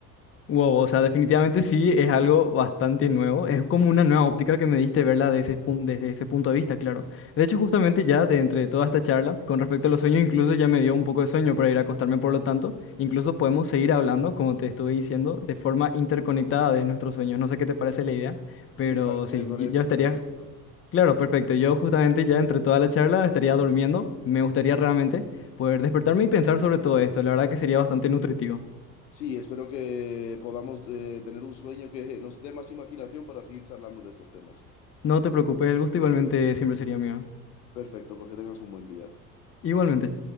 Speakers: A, on the left (about 30°); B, on the left (about 85°).
A: Wow, o sea, definitivamente sí, es algo bastante nuevo. Es como una nueva óptica que me diste verla desde ese, pun- desde ese punto de vista, claro. De hecho, justamente ya de entre toda esta charla, con respecto a los sueños, incluso ya me dio un poco de sueño para ir a acostarme, por lo tanto, incluso podemos seguir hablando, como te estoy diciendo, de forma interconectada de nuestros sueños. No sé qué te parece la idea, pero
B: Me, par-
A: sí,
B: me parece
A: yo yo estaría,
B: perfecto.
A: claro, perfecto. Yo justamente ya entre toda la charla estaría durmiendo. Me gustaría realmente poder despertarme y pensar sobre todo esto. La verdad que sería bastante nutritivo.
B: Sí, espero que podamos eh, tener un sueño que nos dé más imaginación para seguir charlando de estos temas.
A: No te preocupes, el gusto igualmente siempre sería mío.
B: Perfecto, pues que tengas un buen día.
A: Igualmente.